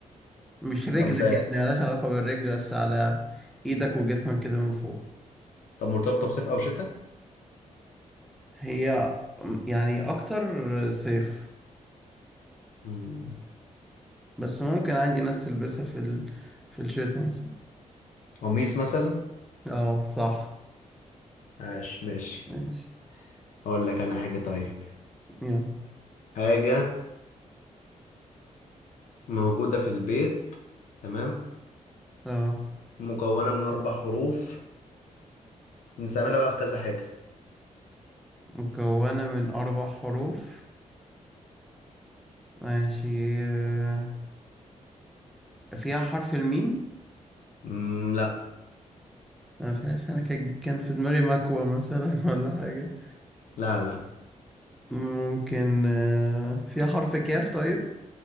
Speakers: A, in the centre; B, on the left.
A: مش رجلك
B: طب
A: يعني ملهاش علاقة بالرجل بس على إيدك وجسمك كده من فوق
B: طب مرتبطة بصيف أو شتاء؟
A: هي يعني أكتر صيف
B: مم،
A: بس ممكن عادي ناس تلبسها في ال... في الشتاء مثلا
B: قميص مثلا؟
A: اه صح
B: عاش ماشي
A: ماشي
B: هقول لك أنا حاجة طيب
A: يلا
B: حاجة موجودة في البيت تمام
A: اه
B: مكونة من أربع حروف بنستعملها بقى في كذا حاجة
A: مكونة من أربع حروف ماشي آه، فيها حرف الميم
B: مم، لا
A: ما فيهاش أنا كان كان في دماغي مكوى مثلا <laughs> ولا حاجة
B: لا لا
A: ممكن آه، فيها حرف كاف طيب